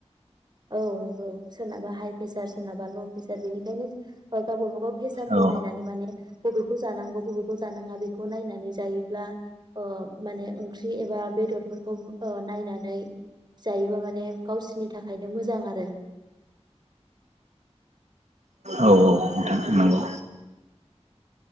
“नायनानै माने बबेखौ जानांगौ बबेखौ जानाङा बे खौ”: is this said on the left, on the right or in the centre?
Right